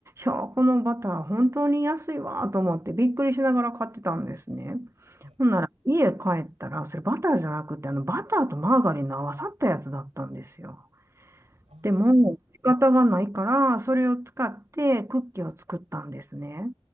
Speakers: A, on the right; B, on the right.
A: いやー、このバター本当に安いわーと思ってびっくりしながら買ってたんですね。
B: はい。
A: ほんなら家帰ったら、それバターじゃなくて、あのバターとマーガリンの合わさったやつだったんですよ。
B: あ
A: でも、仕方がないから、それを使ってクッキーを作ったんですね。